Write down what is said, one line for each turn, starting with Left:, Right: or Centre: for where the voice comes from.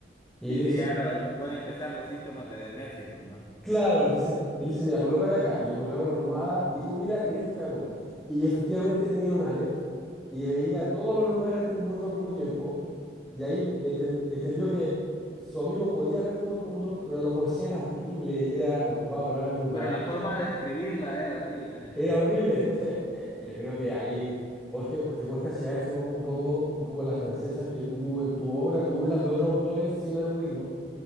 Centre: Y
Left: Sí,
Centre: le
Left: sí,
Centre: dice,
Left: ya lo, pueden empezar los síntomas de demencia, como, ¿no?
Centre: Claro, entonces él dice, mira, colócate acá. Y le colocaba una almohada y tú mira en este ángulo. Y efectivamente tenía un Aleph y veía todos los lugares del mundo al mismo tiempo. Y ahí enten- entendió que su amigo podía ver todo el mundo, pero la poesía era horrible, era ocupaba palabras muy malas.
Left: Pero la forma de describirla era horrible.
Centre: Era horrible. Entonces eh, yo creo que ahí Borges, porque Borges hacía eso un poco, un poco a la francesa, que tú en tu obra te burlas de otros autores sin aludirlo.